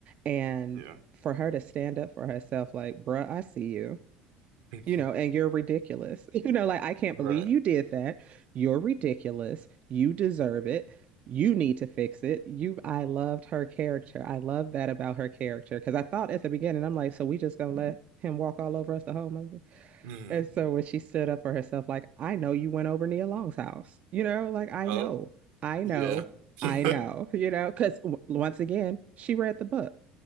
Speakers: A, on the right; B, on the right.
A: and
B: yeah,
A: for her to stand up for herself like bruh I see you
B: <laughs>
A: you know, and you're ridiculous. <laughs> You know, like, I can't believe
B: right.
A: you did that. You're ridiculous. You deserve it. You need to fix it. You, I loved her character. I love that about her character because I thought at the beginning, I'm like, so we just gonna let him walk all over us the whole movie.
B: Mhm.
A: And so when she stood up for herself, like, I know you went over Nia Long's house. You know, like, I
B: Oh,
A: know, I know,
B: yeah.
A: I
B: <laughs>
A: know, <laughs> you know, because w- once again, she read the book